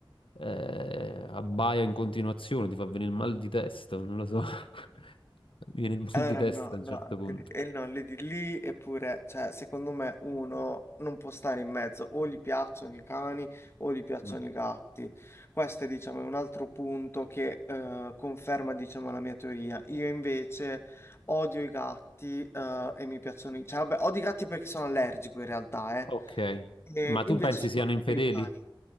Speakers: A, on the left (about 90°); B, on the left (about 30°).
A: eh, abbaia in continuazione, ti fa venire il mal di testa, non lo so. <laughs> Mi viene il mal
B: Allora,
A: di testa
B: no,
A: a un
B: no,
A: certo punto.
B: e e no, le di lì, eppure, cioè, secondo me uno non può stare in mezzo, o gli piacciono i cani o gli piacciono
A: Mm.
B: i gatti. Questo è, diciamo, un altro punto che eh, conferma, diciamo, la mia teoria. Io invece odio i gatti eh, e mi piacciono i... Cioè, vabbè, odio i gatti perché sono allergico in realtà, eh.
A: Ok.
B: E
A: Ma tu
B: invece
A: pensi
B: sono
A: siano
B: più
A: infedeli?
B: per i cani.